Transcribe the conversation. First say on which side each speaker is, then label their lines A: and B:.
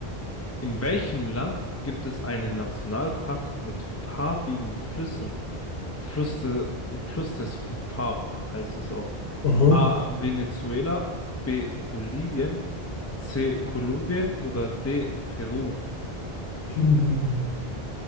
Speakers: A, on the left; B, on the left.
A: In welchem Land gibt es einen Nationalpark mit farbigen Flüssen? Fluss, de, Fluss des fünf Farben heißt es auch.
B: Aha.
A: A. Venezuela, B. Bolivien, C. Kolumbien oder D. Peru?
B: <laughs> Mhm.